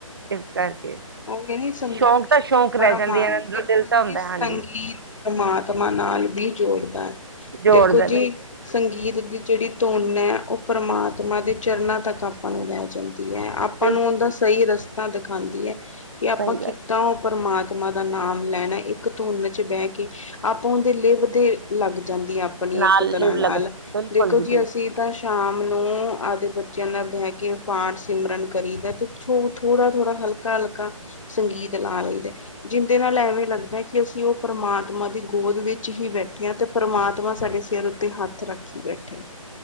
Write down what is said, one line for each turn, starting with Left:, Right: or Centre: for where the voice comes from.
Right: ਇਸ ਕਰਕੇ।
Left: ਉਹ ਕਹਿੰਦੀ ਸੰਗੀਤ
Right: ਸ਼ੌਂਕ ਤਾਂ ਸ਼ੌਂਕ ਰਹਿ
Left: ਪਰਮ
Right: ਜਾਂਦੇ
Left: ਆ ਬਿਲਕੁਲ
Right: ਅੰਦਰੋਂ ਦਿਲ ਤਾਂ ਹੁੰਦਾ
Left: ਜੀ, ਸੰਗੀਤ
Right: ਹੈ, ਹਾਂਜੀ
Left: ਪਰਮਾਤਮਾ ਨਾਲ ਵੀ ਜੋੜਦਾ ਹੈ,
Right: ਜੋੜਦਾ
Left: ਦੇਖੋ
Right: ਬਿਲ-
Left: ਜੀ ਸੰਗੀਤ ਦੀ ਜਿਹੜੀ ਧੁਨ ਹੈ, ਉਹ ਪਰਮਾਤਮਾ ਦੇ ਚਰਨਾਂ ਤੱਕ ਆਪਾਂ ਨੂੰ ਲੈ ਜਾਂਦੀ ਹੈ। ਆਪਾਂ
Right: ਬਿਲਕੁਲ
Left: ਨੂੰ ਉਂਦਾ
Right: ਜੀ
Left: ਸਹੀ ਰਸਤਾ ਦਿਖਾਉਂਦੀ ਹੈ। ਕੀ ਆਪਾਂ
Right: ਸਹੀ ਗੱਲ
Left: ਕਿੱਦਾਂ ਉਹ ਪਰਮਾਤਮਾ ਦਾ ਨਾਮ ਲੈਣਾ ਇੱਕ ਧੁੰਨ ਚ ਬਹਿ ਕੇ। ਆਪੋ ਉਹਦੇ ਲਿਵ ਦੇ ਲੱਗ ਜਾਂਦੀ ਹੈ, ਆਪਣੀ
Right: ਨਾਲ
Left: ਇੱਕ ਤਰ੍ਹਾਂ
Right: ਲਿਵ
Left: ਨਾਲ
Right: ਲੱਗਦਾ ਬਿਲਕੁਲ
Left: ਦੇਖੋ ਜੀ
Right: ਬਿਲਕੁਲ
Left: ਅਸੀਂ ਤਾਂ ਸ਼ਾਮ ਨੂੰ ਆਦੇ ਬੱਚਿਆਂ ਨਾਲ ਬਹਿ ਕੇ ਪਾਠ ਸਿਮਰਨ ਕਰੀਦਾ ਪਿੱਛੋਂ, ਥੋੜਾ ਥੋੜਾ, ਹਲਕਾ ਹਲਕਾ, ਸੰਗੀਤ ਲਾ ਲਈਦਾ। ਜਿੰਦੇ ਨਾਲ ਐਵੇਂ ਲੱਗਦਾ ਕਿ ਅਸੀਂ ਉਹ ਪਰਮਾਤਮਾ ਦੀ ਗੋਦ ਵਿੱਚ ਹੀ ਬੈਠੇ ਹਾਂ, ਤੇ ਪਰਮਾਤਮਾ ਸਾਡੇ ਸਿਰ ਉ ਤੇ ਹੱਥ ਰੱਖੀ ਬੈਠਾ।